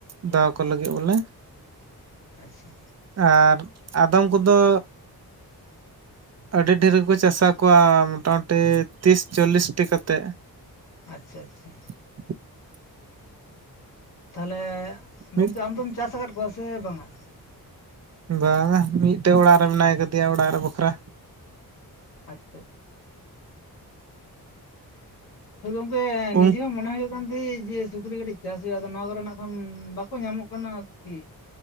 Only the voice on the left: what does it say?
ᱟᱪᱪᱷᱟ᱾
ᱟᱪᱪᱷᱟ, ᱟᱪᱪᱷᱟ᱾
ᱛᱟᱞᱦᱮ
ᱜᱚᱝᱠᱮ ᱟᱢ ᱫᱚᱢ ᱪᱟᱥ ᱟᱠᱟᱫ ᱠᱚᱣᱟ ᱥᱮ ᱵᱟᱝ-ᱟ?
ᱟᱪᱪᱷᱟ, ᱟᱪ ᱦᱳᱭ ᱜᱚᱝᱠᱮ
ᱱᱤᱡᱮ ᱦᱚᱸ ᱢᱚᱱᱮ ᱦᱳᱭᱳᱜ ᱠᱟᱱ ᱛᱟᱦᱮᱫ ᱡᱮ ᱥᱩᱠᱨᱤ ᱠᱟᱹᱴᱤᱡ ᱪᱟᱥ ᱦᱳᱭᱳᱜ-ᱟ ᱟᱫᱚ ᱱᱚᱣᱟ ᱠᱚ ᱨᱮᱱᱟᱜ ᱱᱟᱜ ᱠᱷᱟᱱ ᱵᱟᱠᱚ ᱧᱟᱢᱚᱜ ᱠᱟᱱᱟ ᱟᱨ ᱠᱤ᱾